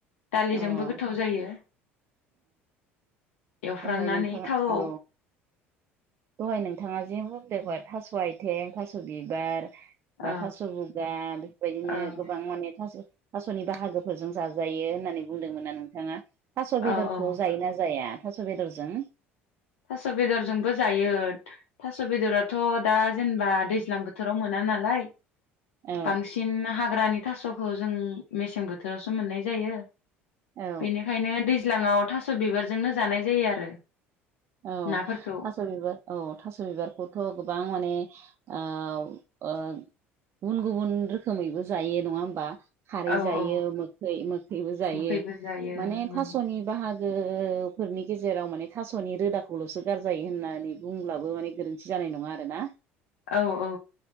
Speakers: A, on the left (about 70°); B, on the right (about 40°).
A: दालिजोंबो
B: औ
A: गोथाव जायो। एवफ्रामनानै
B: दहय नोंथाङा
A: थावआव
B: औ। दहाय नोंथाङा जे बुंदोमोन थास आयथें थास बिबार।
A: औ
B: बा थास बुगा बेफोरबायदिनो
A: औ
B: गोबां माने थास। थासनि बाहागोफोरजों जाजायो होननानै बुंदोंमोनना नोंथाङा थास बेदरखौ
A: औ औ
B: जायोना जाया? थास बेदरजों
A: थास बेदरजोंबो जायो। थास बेदराथ दा जेनेबा दैज्लां बोथोराव मोना नालाय
B: औ
A: बांसिन हा हाग्रानि थास खौ जों मेसें बोथोरावसो मोननाय जायो।
B: औ
A: बेनिखायनो दै <unintelligible> थास बिबारजोंनो जानाय जायो आरो।
B: औ
A: नाफोरखौ
B: थास बिबार औ थास बिबारखौथ गोबां माने औ ओ गुबुन गुबुन रोखोमैबो जायो नङा होमबा? खारै
A: औ
B: जायो
A: औ
B: मोखै मोखैबो जायो
A: मोखैबो जायो
B: माने थासनि
A: उम
B: बाहागो गो फोरनि गेजेराव माने थास थ नि रोदाखौल सो गारजायो होननानै बुंब्लाबो माने गोरोन्थि जानाय नङा आरोना
A: औ औ